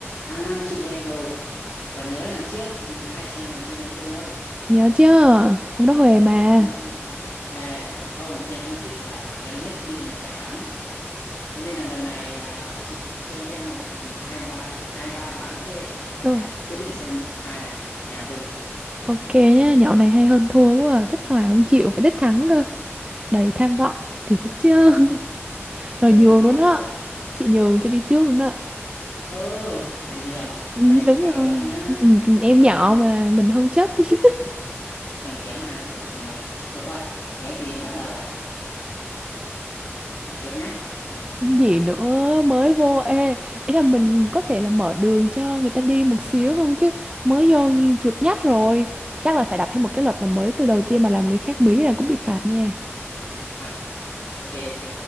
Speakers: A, on the left; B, on the right.
A: À chị đây rồi, còn nhớ lần trước hai chị em mình chơi nối tư không?
B: Nhớ chứ, hôm đó Huề mà.
A: À, Hòa ờ, không, em không thích Hòa, em nhất định là phải thắng. Thế nên là lần này à, chị chơi với em một hai ba hai ba ván nữa đi để
B: Ừ,
A: quyết định xem ai là nhà vô địch.
B: ok nhá, nhậu này hay hơn thua quá à. Thích hòa không chịu, phải thích thắng cơ. Đầy tham vọng, thì thích chứ. <laughs>
A: Rất,
B: Rồi
A: rất
B: nhường
A: tham vọng
B: luôn á.
A: chị ạ.
B: Chị nhường cho đi trước luôn á.
A: Ơ, lại nhường.
B: Ừ,
A: Và chị
B: đúng
A: sẽ phải
B: rồi.
A: hối hận nhá.
B: Ừ,
A: Chị
B: ừ, Em
A: phải hối
B: nhỏ
A: hận đấy.
B: mà, mình không chấp. <laughs>
A: Em kém 2 tuổi chứ mấy. Được rồi, thế thì em bắt đầu này. Chuột nhắt.
B: Gì nữa, mới vô. Ê, ý là mình có thể là mở đường cho người ta đi một xíu không chứ. Mới vô chuột nhắt rồi. Chắc là phải đặt thêm một cái luật là mới từ đầu tiên mà làm người khác bí là cũng bị phạt nha.
A: À, ok ok.